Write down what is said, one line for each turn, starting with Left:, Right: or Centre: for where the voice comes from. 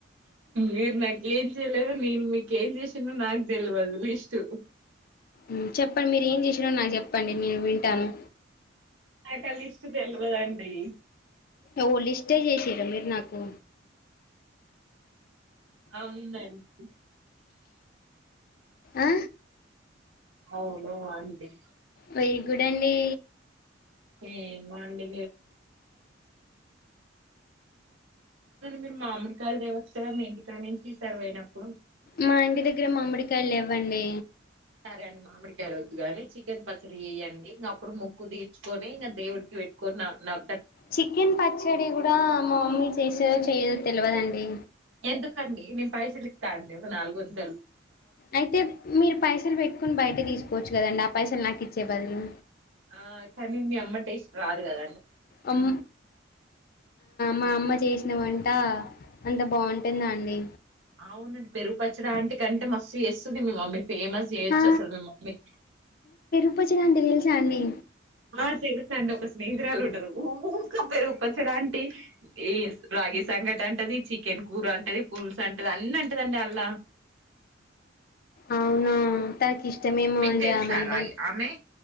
Right: మీరు నాకేం చేయలేదు నీన్ మీకేమ్ చేసినో నాకు తెల్వదు విస్టు.
Left: ఉ చెప్పండి మీరు ఏం చేసారో నాకు చెప్పండి నేను వింటాను.
Right: నాకు ఆ లిస్ట్ తెవదండి
Left: ఓ లిస్టే చేసిరా మీరు నాకు
Right: అవునండి
Left: ఆ
Right: అవును వాందే
Left: వెరీ గుడ్ అండి
Right: <unintelligible> అవునండి మీరు మామిడికాయలు తేవచ్చు కదా మీ ఇంటిక నుంచి ఈ సారి పోయినప్పుడు
Left: మా ఇంటి దగ్గర మామిడికాయలు లేవ్వండి
Right: సరే అండి మామిడికాయలు ఒద్దుగాని చికెన్ పచ్చడి చేయ్యండి ఇంక అప్పుడు ముొక్కు తీర్చుకొని ఇంకా దేవుడి వెేట్కున్న న
Left: చికెన్ పచ్చడి కూడా మా మమ్మీ చేస్తదో చెయ్యేదో తెలియదండి
Right: ఎందుకండి నేను పైసలులిత అండి ఒక నాలుగు వందలు
Left: అయితే మీరు పైసలు పెట్టుకొని బయటే తీసుకోచ్చు కదండి ఆ పైసలు నాకు ఇచ్చే బదులు
Right: ఆ కానీ మీ అమ్మ టేస్ట్ రాదు కద
Left: ఆమ్ మా అమ్మ చేసిన వన్ అంత బాగుంటుందా అండి
Right: అవునండి పెరుగు పచ్చడి ఆంటి కంటే మస్తు చేస్తుంది మీ మమ్మీ ఫేమస్ చేయచ్చు
Left: ఆ,
Right: అసలు మీ మమ్మీ
Left: <unintelligible> అండి
Right: ఆ తెలుసండి ఒక స్నేహితురాలు ఉంటారు ఊకే పెరుగు <unintelligible> ఈ రాగి సంకట అంటది చికెన్ కూర అంటది పుల్స్ అంటది అన్ని అంటదండి <unintelligible>
Left: అవునా తకి ఇష్టమేమో
Right: మీకు
Left: అండి
Right: తెలుసా
Left: ఆమంటే
Right: రాగి ఆమె